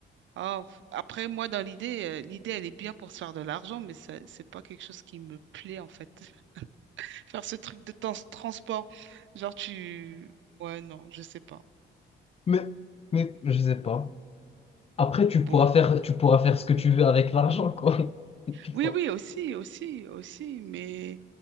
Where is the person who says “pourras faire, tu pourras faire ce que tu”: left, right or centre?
Left